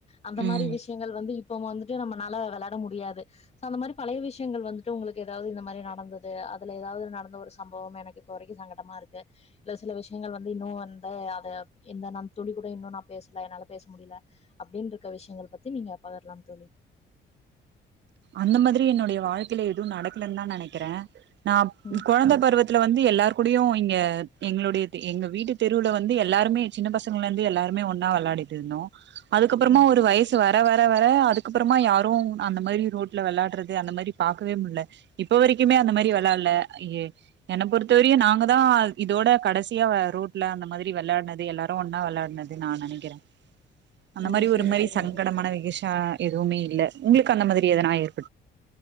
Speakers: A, on the left; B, on the right.
A: அந்த
B: ம்
A: மாரி விஷ்யங்கள் வந்து இப் இப்போ வந்துட்டு நம்மனால விளாட முடியாது சோ அந்த மாரி பழைய விஷயங்கள் வந்துட்டு உங்களுக்கு ஏதாவது இந்த மாரி நடந்தது அதுல ஏதாவது நடந்த ஒரு சம்பவம் எனக்கு இப்ப வரைக்கும் சங்கடமா இருக் கு இல்ல சில விஷயங்கள் வந்து இன்னும் வந்து அது என்ன நான் துளி கூட இன்னும் நா பேசல என்னால பேச முடியில அப்டின்னு இருக்க விஷயங்கள் பத்தி நீங்க பகிர்லாம் தோழி
B: அந்த மாரி என்னுடைய வாழ்க்கையில எதுவு நடக்கலன்னு தா நெனைக்கிறே நா
A: ம்
B: கொழந்த பருவத் த்துல வந்து எல்லார் கூடடியு இங்க எங்களுடைய எங்க வீட்டு தெருவுல வந்து எல்லாருமே சின்ன பசங்கலெந்து எல்லாருமே ஒன்னா விளையாடிட்ருந்தோ அதுக்கப்பறமா
A: ம்
B: ஒரு வயசு வர வர வர வர அதுக்கப்புறமா யாரும் அந்த மாரி ரோட்ல வெளாட்றது அந்த மாரி பாக்கவே முட்ல இப்ப வரைக்குமே அந்த மாரி வெளாட்ல ஐய்யே என்ன பொறுத்தவரையு நாங்க தா இதோட கடைசியா வ ரோட்ல அந்த மாரி வெளாட்னதே எல்லாரும் ஒன்னா விளையாட்னது நா நெனைக்கிறே அந்த
A: ஓ
B: மாரி
A: செரி
B: ஒரு மாரி
A: செரிங்க
B: சங்கடமான
A: தோழி
B: வெகேஷன் அ எதுவுமே இல்ல உங்களுக்கு அந்த மாரி எதனாய் இருக்